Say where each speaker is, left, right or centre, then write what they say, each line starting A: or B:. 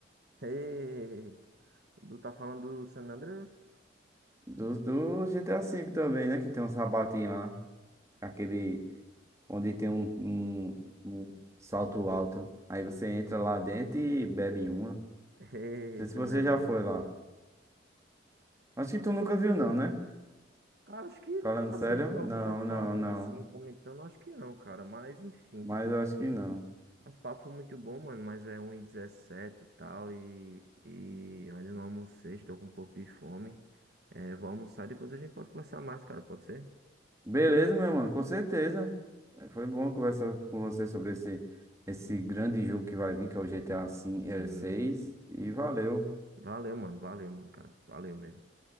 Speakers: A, on the right (about 55°); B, on the right (about 15°).
A: Eita. Tu tá falando do San Andreas?
B: Do, do G T GTA V também, né? Que tem um sapatinho lá. Aquele onde tem um, um, um salto alto. Aí você entra lá dentro e bebe uma. Não
A: Eita,
B: sei se você
A: melhor,
B: já foi
A: né?
B: lá. Acho que tu nunca viu, não, né?
A: Cara, acho que,
B: Falando
A: assim,
B: sério?
A: pra
B: Não,
A: você tá falando
B: não, não.
A: assim, comentando, acho que não, cara. Mas, enfim,
B: Mas
A: tipo,
B: eu acho que
A: nosso,
B: não.
A: nosso papo foi muito bom, mano. Mas é 1 e 17 e tal. E, e eu ainda não almocei, estou com um pouco de fome. É, vou almoçar e depois a gente pode conversar mais, cara. Pode ser?
B: Beleza, meu mano, com certeza. Eh, Foi bom conversar com você sobre esse, esse grande jogo que vai vir, que é o G T GTA
A: Sim.
B: V, seis E valeu.
A: Valeu, mano. Valeu, mano, cara. Valeu mesmo.